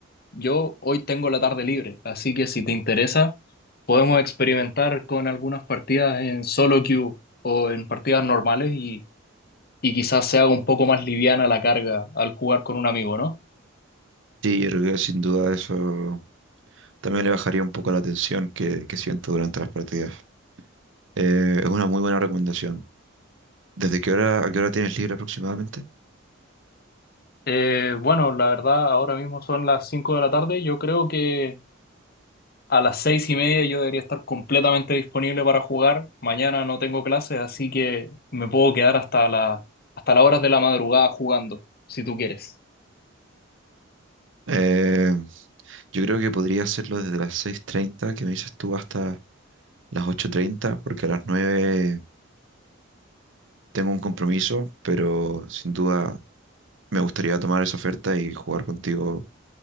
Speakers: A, on the left; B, on the right.
A: Yo hoy tengo la tarde libre, así que si te interesa, podemos experimentar con algunas partidas en solo queue o en partidas normales y, y quizás sea un poco más liviana la carga al jugar con un amigo, ¿no?
B: Sí, yo creo que sin duda eso también le bajaría un poco la tensión que, que siento durante las partidas. Eh, es una muy buena recomendación. ¿Desde qué hora, a qué hora tienes libre aproximadamente?
A: Eh, bueno, la verdad, ahora mismo son las 5 de la tarde. Yo creo que A las seis y media yo debería estar completamente disponible para jugar. Mañana no tengo clases, así que me puedo quedar hasta la, hasta las horas de la madrugada jugando, si tú quieres.
B: Eh, yo creo que podría hacerlo desde las seis treinta que me dices tú hasta las ocho treinta porque a las 9 tengo un compromiso, pero sin duda me gustaría tomar esa oferta y jugar contigo